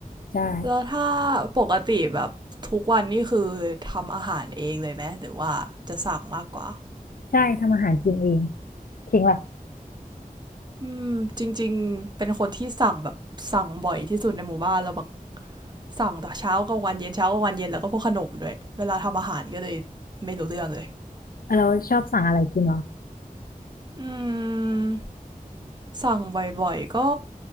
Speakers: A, on the left; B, on the right.
A: ใช่
B: แล้วถ้าปกติแบบทุกวันนี่คือทำอาหารเองเลยไหมหรือว่าจะสั่งมากกว่า
A: ใช่ทำอาหารกินเองทิ้งแบบ
B: อืมจริงๆเป็นคนที่สั่งแบบสั่งบ่อยที่สุดในหมู่บ้านเราแบบสั่งแต่เช้ากลางวันเย็นเช้ากลางวันเย็นแล้วก็พวกขนมด้วยเวลาทำอาหารก็เลยไม่รู้เรื่องเลย
A: เออเราชอบสั่งอะไรกินเหรอ
B: อืมสั่งบ่อยๆก็